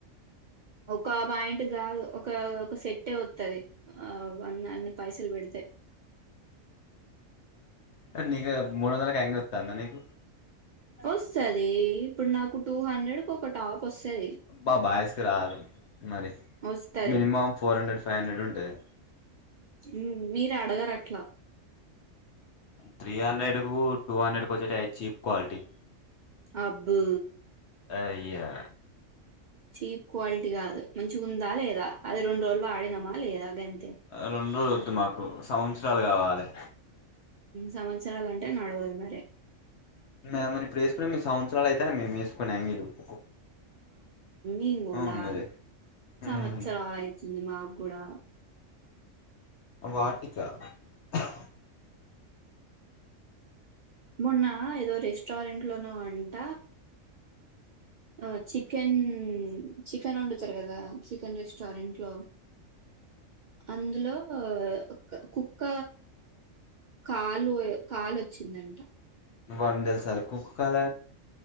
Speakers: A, on the right; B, on the left.
A: ఒక ప్యాంటు కాదు ఒక ఒక సెట్టే వత్తది ఆ వన్ అన్ పైసల్ పెడితే
B: ఉ నీకు మూడు వందలకే అన్ని వత్తందా నీకు
A: వస్తాది ఇప్పుడు నాకు టూ హండ్రెడ్కు ఒక టాప్ వస్తది
B: బా బాయ్స్ కి రాదు మరి
A: వస్తది
B: minimum four hundred five hundred ఉంటది
A: ఉ మీరు అడగరు అట్లా
B: త్రీ హండ్రెడ్ కు టూ హండ్రెడ్ కు వచ్చేటవి చీప్ క్వాలిటీ
A: అబ్బో
B: అయ్యా
A: చీప్ క్వాలిటీ కాదు మంచిగా ఉందా లేదా అది రెండు రోజులు వాడినామా లేదా గన్
B: ఆ రెండు వద్దు మాకు సంవత్సరాలు కావాలె
A: సంవత్సరలు అంటే నడవదు మరి
B: మేమని ఇప్పుడుేసుకునే మీ సంవత్సరాలు అయితేనే మే వేసుకుని <unintelligible>
A: <inaudible>
B: అవును మరి
A: సంవత్సరాలు
B: ఉమ్,
A: అవుతుంది మాకు కూడా
B: వాటిిక <inaudible>
A: మొన్న ఏదో రెస్టారెంట్లోన అంట ఆ చికెన్ చికెన్ వండుతారు కదా చికెన్ రెస్టారెంట్ లో అందులో ఆ కుక్క కాలు కాలు వచ్చిందంట
B: <unintelligible> కుక్క కాల